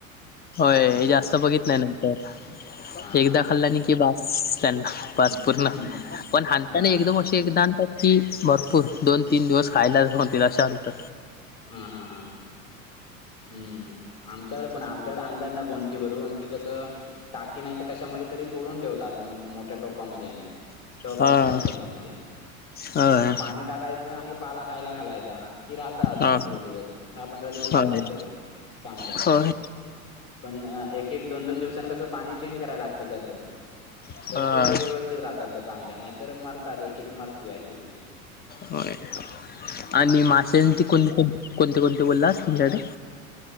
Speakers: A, on the left; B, on the left.
A: होय.
B: हा हा
A: जास्त बघित नाही ना. तर,
B: हा
A: एकदा
B: हा हा
A: खाल्लानी की बास त्यांना.
B: हम्म
A: पाच पूर्ण,
B: हम्म
A: पण हांणताणे
B: हा
A: एकदम असे दातं. ती भरपूर, दोन तीन दिवस खायला होतील असे आणत.
B: हा हा हा. हम्म आमच्याकडे पण आमच्याकडे आणलान ना. गोंतीभरून कि, कसं टाकी नाही तर कशामध्ये तरी सोडून ठेवतात मोठ्या टोपामध्ये आणि, टप
A: हा
B: असतो ना, त्याच्यामध्ये
A: होय
B: पाणी टाकायचं आणि पाला खायला घालायचा. कि राहतात
A: हा
B: भरपूर दिवस, दहा पंधरा दिवस राहतात
A: होय
B: तरी चांगल्या.
A: होय
B: पण एक एक दोन दोन दिवसां कसं, पाणी चेंज करायला लागतं त्याचं.
A: हा
B: तर ते व्यवस्थित राहतात त्या चांगल्या, नाहीतर मरतात एक एक मरते अशी होते.
A: होय. आणि मासेंची कोणते कोण, कोणते कोणते बोलास तुमच्याकडे.